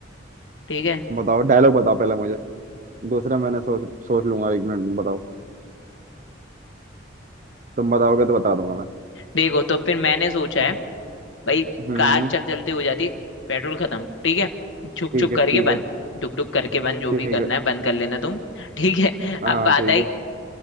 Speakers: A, on the left (about 80°); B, on the right (about 40°).
A: ठीक है
B: बताओ डायलॉग बताओ पहले मुझे दूसरा मैंने सोच सोच लूंगा एक मिनट में बताओ तुम बताओगे तो बता दूंगा मैं
A: देखो तो फिर मैंने सोचा है भाई
B: हम्म
A: कार
B: हम्म,
A: चल चलते हो जाती है पेट्रोल खत्म ठीक है छुक
B: ठीक
A: छुक
B: है
A: करके
B: ठीक
A: बंद
B: है
A: डुक डुक करके बंद जो
B: ठीक
A: भी करना
B: है
A: है बंद कर लेना तुम <laughs> ठीक है
B: हाँ
A: अब बात
B: ठीक
A: आई
B: है